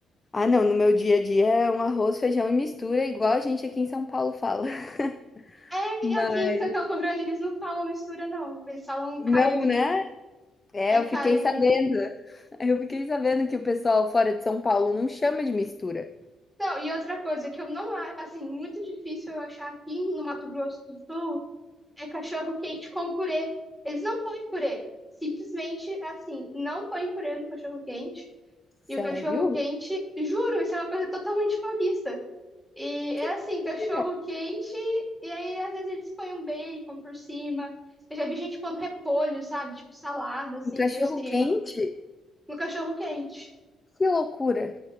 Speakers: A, on the left (about 25°); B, in the centre.
A: Ah, não, no meu dia a dia é um arroz, feijão e mistura, igual a gente aqui em São Paulo fala. <laughs>
B: É,
A: Mas
B: e aqui em Campo Grande eles não falam mistura, não. Eles falam
A: não,
B: carne.
A: né? É,
B: É
A: eu
B: carne.
A: fiquei sabendo. Eu fiquei sabendo que o pessoal fora de São Paulo não chama de mistura.
B: Não, e outra coisa que eu não acho, assim, muito difícil eu achar aqui no Mato Grosso do Sul é cachorro quente com purê. Eles não põem purê. Simplesmente, assim, não põem purê no cachorro quente. E
A: Sério?
B: o cachorro quente, juro, isso é uma coisa totalmente paulista. E é
A: Que
B: assim, cachorro
A: era?
B: quente, e aí às vezes eles põem um bacon por cima. Eu já vi gente pondo repolho, sabe? Tipo salada, assim,
A: Um cachorro
B: por cima.
A: quente?
B: no cachorro quente.
A: Que loucura.